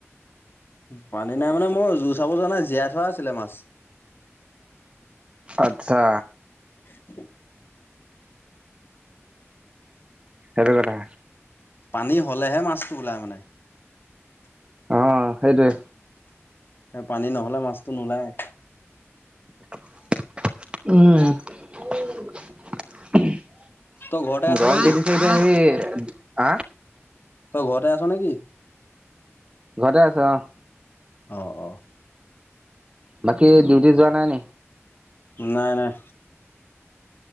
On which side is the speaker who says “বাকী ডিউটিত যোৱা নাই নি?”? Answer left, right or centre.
Right